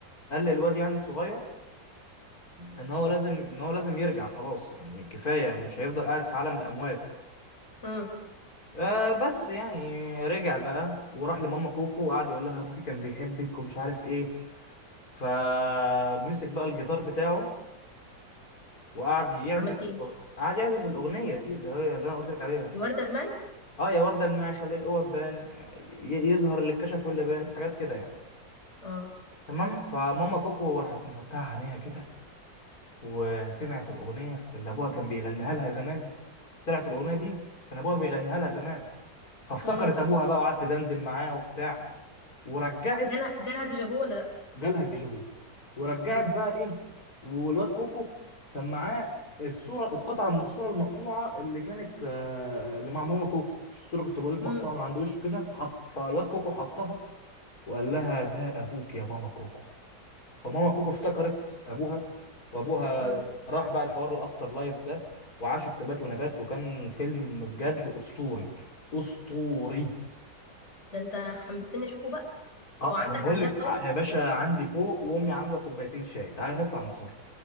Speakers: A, on the left; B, on the left.
A: قال للواد يعني الصغير ان هو لازم ان هو لازم يرجع خلاص يعني كفاية مش هيفضل قاعد في عالم الأموات
B: امم
A: آه بس يعني رجع بقى وراح لماما كوكو وقعد يقول لها ابوكي كان بيحبك ومش عارف ايه فمسك بقى الجيتار بتاعه وقعد يعزف
B: عمل فيه ايه
A: قعد يعزف الاغنيه دي اللي هي اللي انا قلت لك عليها
B: دي وردة المعي
A: اه يا ورده الماعي خلي القوه تبان ي- يظهر اللي اتكشف واللي بان حاجات كده يعني
B: اه
A: تمام فماما كوكو راحت مفتحه عينيها كده وسمعت الاغنيه اللي ابوها كان بيغنيها لها زمان طلعت الاغنيه دي كان ابوها بيغنيها لها زمان فافتكرت
B: امم
A: ابوها بقى وقعدت دندن معاه وبتاع ورجعت
B: جالها جالها ديجافو ولا لا
A: جالها الديجافو ورجعت
B: امم
A: بقى ايه والواد كوكو كان معاه الصوره القطعه من الصوره المقطوعه اللي كانت آه، اللي مع ماما كوكو مش الصوره كنت بقول لك
B: امم
A: مقطوعه من عند وشه كده فحط فالواد كوكو حطها وقال لها ده ابوك يا ماما كوكو فماما كوكو افتكرت ابوها وابوها
B: امم
A: راح بقى الحوار الافتر لايف ده وعاشوا في تبات ونبات وكان فيلم بجد اسطوري اسطوري
B: ده انت حمستني اشوفه بقى
A: اه
B: هو عندك
A: طب بقول
B: على اللاب
A: لك
B: طيب
A: يا باشا عندي فوق وامي عامله كوبايتين شاي تعالى نطلع نتفرج